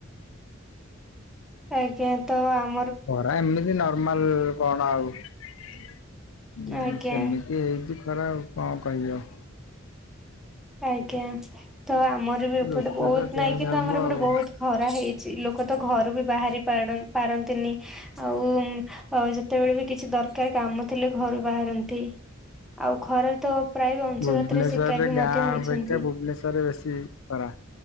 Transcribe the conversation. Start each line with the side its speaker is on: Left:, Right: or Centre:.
Centre: ଆଜ୍ଞା ତ ଆମ
Left: ଖରା ଏମିତି ନର୍ମାଲ କଣ ଆଉ ହଁ
Centre: ଆଜ୍ଞା
Left: ସେମିତି ହେଇଛି ଖରା କଣ କହିବି ଆଉ।
Centre: ଆଜ୍ଞା ତ ଆମର ବି ଏପଟେ
Left: ଋତୁ
Centre: ବହୁତ
Left: ତ ଚେଞ୍ଜ
Centre: ନାଇଁ କିନ୍ତୁ
Left: ହବ
Centre: ଆମର ଏପଟେ
Left: ଆଉ।
Centre: ବହୁତ ଖରା ହେଇଛି। ଲୋକ ତ ଘରୁ ବି ବାହାରି ପାଡ ପାରନ୍ତିନି, ଆଉ ଯେତେବେଳେ ବି କିଛି ଦ ଦରକାରୀ କାମ ଥିଲେ ଘରୁ ବାହାରନ୍ତି, ଆଉ ଖରାରେ ତ ପ୍ରାୟ ବି ଅଂଶୁଘାତରେ
Left: ଭୁବନେଶ୍ଵରରେ
Centre: ଶିକାର ବି
Left: ଗାଁ
Centre: ମ ଧ୍ୟ ହୋଇଛନ୍ତି।
Left: ଅପେକ୍ଷା ଭୁବନେଶ୍ଵରରେ ବେଶୀ ଖରା